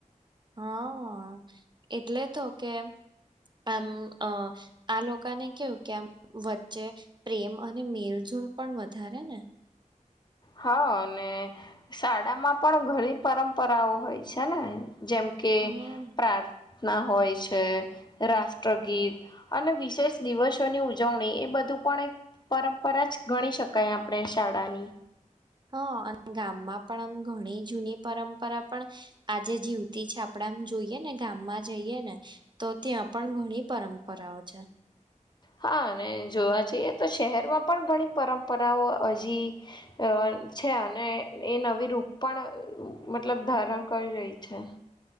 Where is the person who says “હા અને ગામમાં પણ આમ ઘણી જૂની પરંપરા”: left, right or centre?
Right